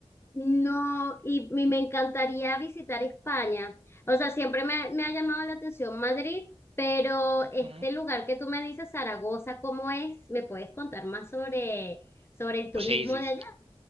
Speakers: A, on the left (about 20°); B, on the right (about 60°).
A: No, y, y me encantaría visitar España. O sea, siempre me, ha me ha llamado la atención Madrid, pero este
B: Ujú.
A: lugar que tú me dices, Zaragoza, ¿cómo es? ¿Me puedes contar más sobre, sobre el turismo
B: Pues sí, sí.
A: de